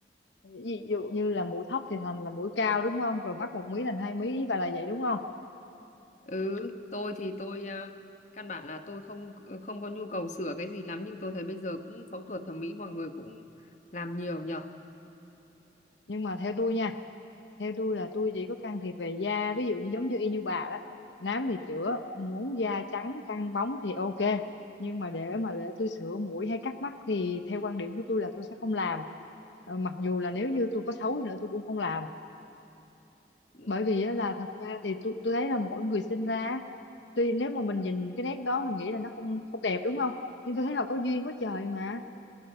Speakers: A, on the left; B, on the left.
A: ví dụ như là mũi thấp thì thành là mũi cao đúng không rồi mắc một mí thành hai mí và là vậy đúng không
B: Ừ, tôi thì tôi à, căn bản là tôi không ừ, không có nhu cầu sửa cái gì lắm nhưng tôi thấy bây giờ cũng phẫu thuật thẩm mỹ mọi người cũng làm nhiều nhở.
A: nhưng mà theo tôi nha theo tôi là tôi chỉ có can thiệp về da ví dụ như giống như y như bà đó nám thì chữa muốn da trắng căng bóng thì ok nhưng mà để mà để tôi sửa mũi hay cắt mắt thì theo quan điểm của tôi là tôi sẽ không làm Ờ, mặc dù là nếu như tôi có xấu đi nữa tôi cũng không làm
B: Ừ,
A: bởi vì á là thật ra thì tôi tôi thấy là mỗi người sinh ra á, tuy nếu mà mình nhìn cái nét đó mình nghĩ là nó không không đẹp đúng không nhưng tôi thấy là có duyên quá trời mà